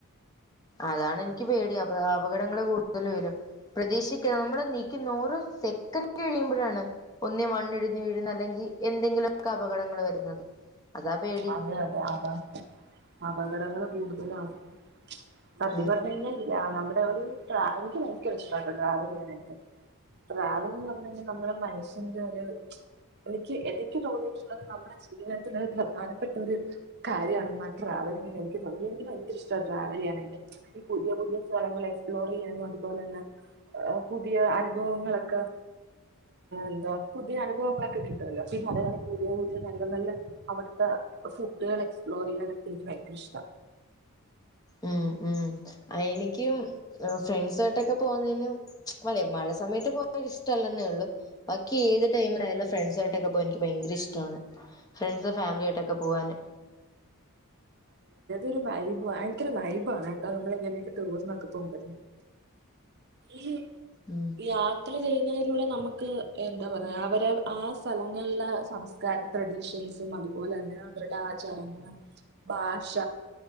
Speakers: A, on the left (about 15°); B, on the right (about 45°).
A: അതാണ് എനിക്ക് പേടി അ അപകടങ്ങൾ കൂടുതൽ വരും പ്രതീക്ഷ നമ്മള് നിൽക്കുന്ന ഓരോ സെക്കന്റ് കഴിയുമ്പോ- ഴാണ് ഒന്നേ മണ്ണിടിഞ്ഞ് വീഴുന്ന അല്ലെങ്കിൽ എന്തെങ്കിലും ക്ക് അപകടങ്ങള് വരുന്നത് അതാ പേടി
B: അതെ അതെ അപ അപകടങ്ങൾ കൂടുതലാണ് കത്തി
A: ഉം
B: പറഞ്ഞു കഴിഞ്ഞാല് നമ്മുടെ ഒരു എനിക്ക് ഭയങ്കര ഇഷ്ടമായിട്ടോ ട്രാവൽ ചെയ്യാനായിട്ട് ട്രാവൽ എന്ന് പറഞ്ഞ കഴിഞ്ഞൽ നമ്മുടെ മനുഷ്യന്റെ ഒരു എനിക്ക് എനിക്ക് തോന്നിയിട്ടുള്ളത് നമ്മുടെ ജീവിതത്തിൽ ഒരു പ്രധാന പെട്ടൊ ഒരു കാര്യണ ട്രാവലിങ്ങി എനിക്ക് തോന്ന എനിക്ക് ഭയങ്കര ഇഷ്ട ട്രാവൽ ചെയ്യാനായിട്ട് പുതിയ പുതിയ സ്ഥലങ്ങൾ എക്സ്പ്ലോർ ചെയ്യാനും അതുപോലെ തന്നെ പുതിയ അനുഭവങ്ങളൊക്കെ എന്താ പുതിയ അനുഭവങ്ങളൊക്കെ കിട്ടല്ല പിന്നെ അതേപോലെ പുതിയ പുതിയ നല്ല നല്ല അവിടത്തെ ഫുഡുകൾ എക്സ്പ്ലോർ ചെയ്യാനൊക്കെ എനിക്ക് ഭയങ്കര ഇഷ്ട
A: ഉം ഉ എനിക്കും ഫ്രണ്ട്സായിട്ടൊക്കെ പോവുന്നന് അല്ലെ മഴ സമയത്ത പോയാൽ ഇഷ്ടമല്ലെന്നേ ഉള്ളു ബാക്കി ഏത് ടൈമിൽ ആയാലും ഫ്രണ്ട്സ് ആയിട്ടൊക്കെ പോൻ എനിക്ക് ഭയങ്കര ഇഷ്ടമാണ് ഫ്രണ്ട്സ് ഫാമിലിയായിട്ടൊക്കെ പോവാന്
B: ഒരു വൈബ് ആണ് നമ്മളിങ്ങനെയൊക്കെ ടൂറിനൊക്കെ പോകുമ്പോ ഏ
A: ഉം
B: യാത്ര ചെയ്യുന്നതിലൂടെ നമുക്ക് എന്താ പറയാ അവരെ ആ സ്ഥലങ്ങളുള്ള സംസ്കാരം ട്രഡീഷൻസും അതുപോലെ തന്നെ അവരുടെ ആചാരങ്ങള ഭാഷ